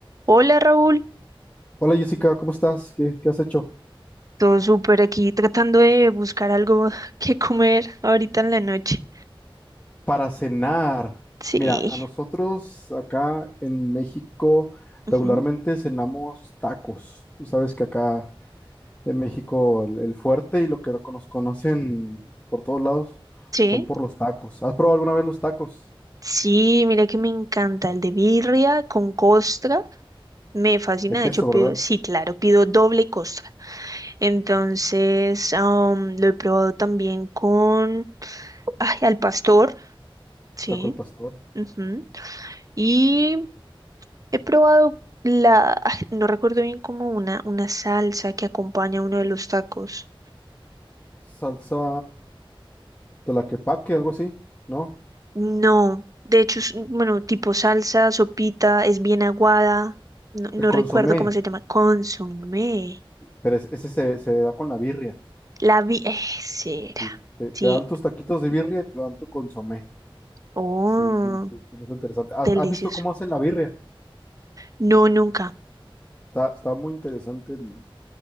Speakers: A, on the right; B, on the left.
A: Hola Raúl,
B: Hola Jessica, ¿cómo estás? ¿Qué, qué has hecho?
A: todo súper aquí tratando de buscar algo <laughs> que comer ahorita en la noche.
B: Para cenar.
A: Sí,
B: Mira, a nosotros acá en México
A: ujú,
B: regularmente cenamos tacos. Tú sabes que acá en México el, el fuerte y lo que nos conocen por todos lados
A: Sí,
B: son por los tacos. ¿Has probado alguna vez los tacos?
A: sí, mira que me encanta el de birria con costra, me fascina,
B: De queso,
A: de hecho pido,
B: ¿verdad?
A: sí, claro, pido doble costra. Entonces, am, lo he probado también con, ay, al pastor, sí,
B: Taco al pastor.
A: ujú, Y he probado la, ay, no recuerdo bien como una, una salsa que acompaña uno de los tacos.
B: Salsa de la que paque, algo así, ¿no?
A: No, de hecho es, mm, bueno, tipo salsa, sopita, es bien aguada. No, no
B: El
A: recuerdo
B: consomé,
A: cómo se llama. Consomé.
B: pero es- ese se, se da con la birria.
A: La vi. eh, será.
B: Sí, te, te
A: Sí.
B: dan tus taquitos de birria y te dan tu consomé.
A: Oh,
B: Sí, sí, sí, sí, está interesante. ¿Has,
A: delicioso.
B: has visto cómo hacen la birria?
A: No, nunca.
B: Está, está muy interesante el,